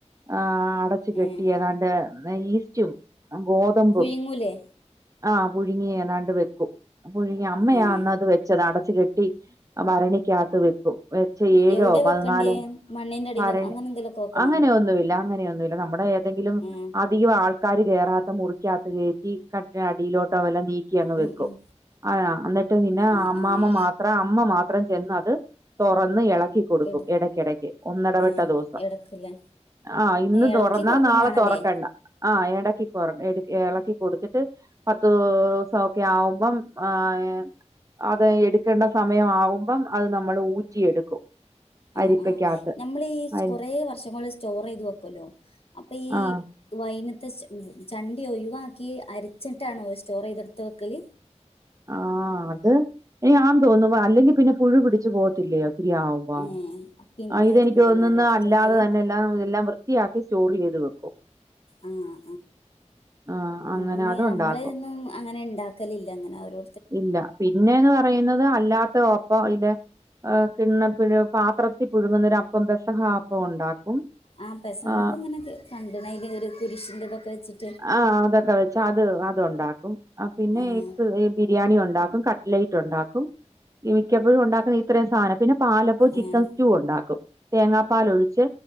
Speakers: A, on the right (about 30°); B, on the left (about 55°).
A: ആ അടച്ചു കെട്ടി
B: ഏഹ്
A: അഏതാണ്ട് ഈസ്റ്റും ഗോതമ്പും
B: പുഴുങ്ങൂലേ
A: ആഹ പുഴുങ്ങിയേതാണ്ട് വെക്കും. പുഴുങ്ങി അമ്മയാ
B: ഉം
A: അന്നത് വെച്ചത് അടച്ച് കെട്ടി ഭരണിക്കകത്ത് വെക്കും. വച്ച ഏഴോ
B: എവിടെ
A: പതിനാലോ
B: വെക്കണ്ടേ മണ്ണിന്റെ അടിയിലോ
A: ഭരണി
B: അങ്ങനെ എന്തെലുമൊക്കെ വെക്കണോ
A: അങ്ങനെയൊന്നുമല്ല അങ്ങനെയൊന്നുമല്ല നമ്മുടെ ഏതെങ്കിലും.
B: ഉം
A: അധികം ആൾക്കാർ കേയറാത്ത മുറിക്കാത്ത കയറ്റി കട്ടിനടിയിലോട്ടോ വല്ലാം നീക്കി ങ്ങ് വെക്കും
B: ഉം ഉം
A: ആ എന്നിട്ട് പിന്നെ
B: ആഹ്
A: അമ്മമ്മ
B: ആഹ്
A: അത്ര അമ്മ മാത്രം ചെന്ന് അത് തുറന്ന് ഇളക്കി കൊടുക്കും
B: എടു
A: ഇടക്കിടയ്ക്ക് ഒന്നടവിട്ട
B: ഏഹ്
A: ദിവസം
B: എടുക്കില്ലേ
A: ആഹ് ഇന്ന്
B: ഇളക്കി
A: തുറന്നാ
B: കൊടുക്കും
A: നാളെ
B: വേണല്ലേ
A: തുറക്കണ്ട. ആഹ് ഇടക്കിറ ഇളക്കി കൊടുക്കും കൊടുത്തിട്ട് പത്ത് ഓക്കെ ആവുമ്പം ആഹ് അത് എടുക്കേണ്ട സമയമാവുമ്പം അത് നമ്മൾ ഊറ്റിയെടുക്കും.
B: ആ
A: അരിപ്പക്കകത്ത്
B: ആഹ് നമ്മൾ ഈ
A: അരി
B: കൊറേ വർഷം സ്റ്റോർ ചെയ്ത് വെക്കല്ലോ അപ്പൊ ഈ
A: ആഹ്
B: വൈനത്തെ ചണ്ടി ഒഴിവാക്കി അരച്ചിട്ടാണോ സ്റ്റോർ ചെയ്തെടുത്ത വെക്കൽ
A: ആഹ് അത് ഇനി ആൻ തോന്നു അല്ലെങ്കിൽ പിന്നെ പുഴു പിടിച്ച് പോത്തില്ലയോ ഒത്തിരിയാവും
B: ഏഹ് പിന്നെ
A: ഇതെനിക്ക്
B: ആയിരിക്കൂല്ലേ
A: തോന്നും
B: എന്നാല് എടുത്ത്
A: അല്ലാതെ
B: വെക്കല്
A: തന്നെ എല്ലാം വൃത്തിയാക്കി സ്റ്റോർ ചെയ്ത് വെക്കും.
B: ആഹ്
A: ആഹ്
B: ആ
A: അങ്ങനെ അതുണ്ടാക്കും
B: നമ്മളെ ഒന്നും അങ്ങനെ ഉണ്ടാക്കലില്ല അങ്ങനെ ഒരു
A: ഇല്ല പിന്നെന്ന് പറയുന്നത് അല്ലാത്ത അപ്പ അതിൽ കിണ്ണഴ പാത്രത്തിൽ പുഴുങ്ങുന്നൊര അപ്പം കഷ്ണം ഹാപ്പം ഉണ്ടാക്കും.
B: ആ പെസാപ്പ്
A: ആഹ്
B: അങ്ങനൊക്കെ കണ്ട അതി ഒരു കുരുഷിൻ തൊക്കെ വെച്ചിട്ട്
A: ആഹ് അതൊക്കെ വെച്ചു പ അത് അത്ണ്ടാക്കും പിന്നെ
B: ഏഹ്
A: ക്ക് ബിരിയാണി ഉണ്ടാക്കും കട്ലൈറ്റ് ഉണ്ടാക്കും മിക്കപ്പോഴും ഉണ്ടാക്കുന്ന ഇത്രയും സാധന പിന്നെ പാലപ്പോ ചിക്കൻ
B: ഏഹ്
A: സ്റ്റൂ ഉണ്ടാക്കും തേങ്ങാ പാല് ഒഴിച്ച്